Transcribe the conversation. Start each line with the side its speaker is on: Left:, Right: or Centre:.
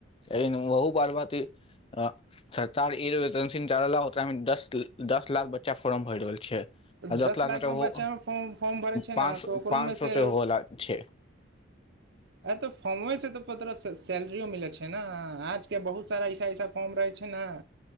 Left: बहु बात बात अ सरकार र वेकेंसिन चरा मे दस दस लाख बच्चा फोर्म भर रहल छै
Right: तऽ
Left: आ
Right: दस
Left: लाख
Right: लाखमे
Left: मे तऽ हो
Right: बच्चामे फॉर् फॉर्म भरै छै
Left: पाँच
Right: ने
Left: सौ
Right: तऽ ओकरोमे
Left: पाँच सौ
Right: सँ
Left: से होला छै
Right: अ तो फॉर्मे से त तोरा सैलरियो मिलै छै ने आज के बहुत सारा ऐसा ऐसा फॉर्म रहे छै ने